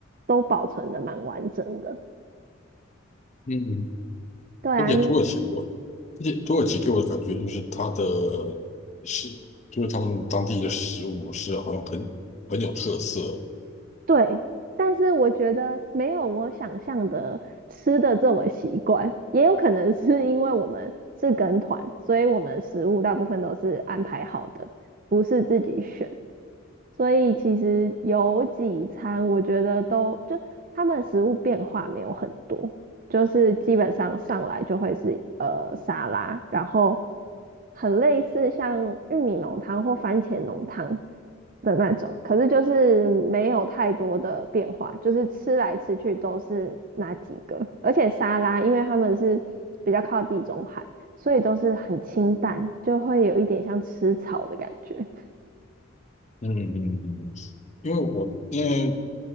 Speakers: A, on the right; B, on the left.
A: 都保存的蛮完整的。
B: 嗯，
A: 对啊，
B: 而且土耳其我，
A: 你
B: 而且土耳其给我的感觉就是它的是，就是他们当地的食物是好像很很有特色。
A: 对，但是我觉得没有我想象的吃的这么习惯，也有可能是因为我们是跟团，所以我们食物大部分都是安排好的，不是自己选。所以其实有几餐，我觉得都就他们食物变化没有很多，就是基本上上来就会是呃沙拉，然后很类似像玉米浓汤或番茄浓汤的那种，可是就是没有太多的变化，就是吃来吃去都是那几个，而且沙拉因为他们是比较靠地中海，所以都是很清淡，就会有一点像吃草的感觉。
B: 嗯嗯嗯，因为我因为